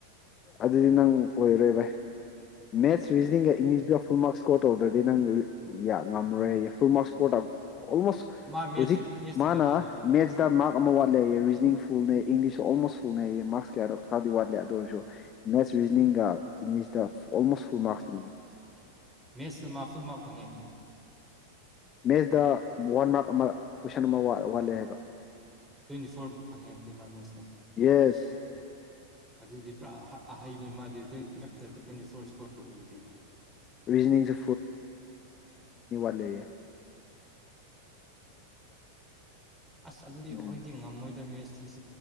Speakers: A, on the left (about 30°); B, in the centre.
A: ꯑꯗꯨꯗꯤ ꯅꯪ ꯑꯣꯏꯔꯣꯏ ꯚꯥꯏ ꯃꯦꯠꯁ ꯔꯤꯖꯅꯤꯡꯒ ꯏꯪꯂꯤꯁꯀ ꯐꯨꯜ ꯃꯥꯔꯛꯁ ꯏꯁꯀꯣꯔ ꯇꯧꯗ꯭ꯔꯗꯤ ꯅꯪ ꯉꯝꯃꯔꯣꯏ ꯍꯥꯏꯌꯦ ꯐꯨꯜ ꯃꯥꯔꯛꯁ ꯑꯣꯜꯃꯣꯁ
B: ꯃꯥ ꯃꯦꯠꯁꯇ
A: ꯍꯧꯖꯤꯛ
B: ꯃꯦꯠꯁꯇ
A: ꯃꯥꯅ
B: ꯀꯌꯥ ꯇꯧꯋꯦ
A: ꯃꯦꯠꯁꯇ ꯃꯥꯔꯛ ꯑꯃ ꯋꯥꯠꯂꯦ ꯔꯤꯖꯅꯤꯡ ꯐꯨꯜꯅꯦ ꯏꯪꯂꯤꯁꯁꯨ ꯑꯣꯜꯃꯣꯁ ꯐꯨꯜꯅꯦꯩꯌꯦ ꯃꯥꯔꯛꯁ ꯀꯌꯥꯗꯣ ꯈꯔꯗꯤ ꯋꯥꯠꯂꯦ ꯑꯗꯨ ꯑꯣꯏꯔꯁꯨ ꯃꯦꯠꯁ ꯔꯤꯖꯅꯤꯡꯒ ꯏꯪꯂꯤꯁꯇ ꯑꯣꯜꯃꯣꯁ ꯐꯨꯜ ꯃꯥꯔꯛꯁꯇꯅꯦ
B: ꯃꯦꯠꯁꯇ ꯃꯥ ꯐꯨꯜ ꯃꯥꯔꯛ ꯐꯪꯉꯦ
A: ꯃꯦꯠꯁꯇ ꯋꯥꯟ ꯃꯥꯔꯛ ꯑꯃ ꯀꯣꯏꯁꯟ ꯑꯃ ꯋꯥꯠꯂꯦ ꯍꯥꯏꯕ
B: ꯇ꯭ꯋꯦꯟꯇꯤ ꯐꯣꯔ ꯐꯪꯉꯦꯛꯇꯗꯤ ꯃꯥꯏ ꯃꯦꯁꯇ
A: ꯌꯦꯁ
B: ꯑꯗꯨꯗꯤ ꯄꯨꯔꯥ ꯍꯩꯕꯅꯤ ꯃꯥꯗꯤ ꯇ꯭ꯋꯦꯟꯇꯤ ꯐꯤꯇ ꯇ꯭ꯋꯦꯟꯇꯤ ꯐꯣꯔ ꯏꯁꯀꯣꯔ ꯇꯧꯕꯗꯨꯗꯤ
A: ꯔꯤꯖꯅꯤꯡꯁꯨ ꯂꯩꯦ
B: ꯑꯁ ꯑꯗꯨꯗꯤ
A: ꯑꯗꯨꯅ
B: ꯑꯩꯈꯣꯏꯗꯤ ꯉꯝꯃꯣꯏꯗꯕ ꯃꯦꯁꯇ